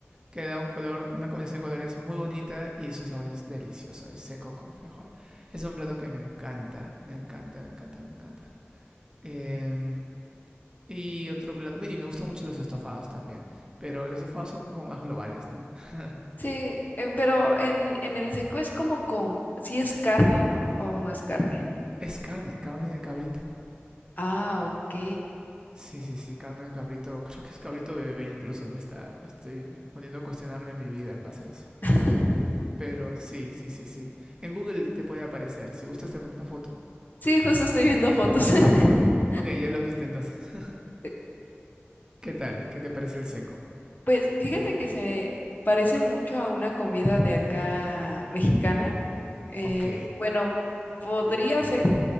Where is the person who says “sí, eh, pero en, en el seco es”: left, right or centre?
Left